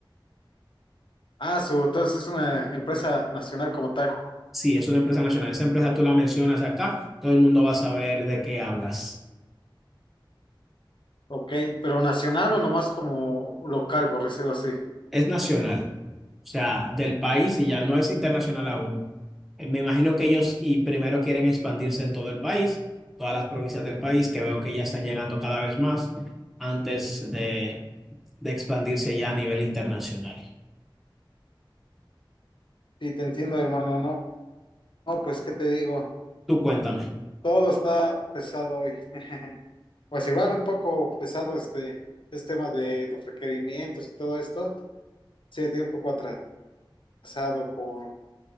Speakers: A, on the left; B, in the centre.
A: Ah, su, entonces es una empresa nacional como tal.
B: Sí, es una empresa nacional. Esa empresa tú la mencionas acá, todo el mundo va a saber de qué hablas.
A: Ok, pero nacional o nomás como local, por decirlo así.
B: Es nacional. o sea, del país y ya no es internacional aún. Eh, Me imagino que ellos y primero quieren expandirse en todo el país, todas las provincias del país, que veo que ya están llegando cada vez más antes de, de expandirse ya a nivel internacional.
A: Sí, te entiendo, hermano. No, no, pues qué te digo,
B: Tú cuéntame.
A: todo está pesado hoy. <laughs> Pues igual un poco pesado este, este tema de los requerimientos y todo esto. Sí, tiene un poco atrasado con,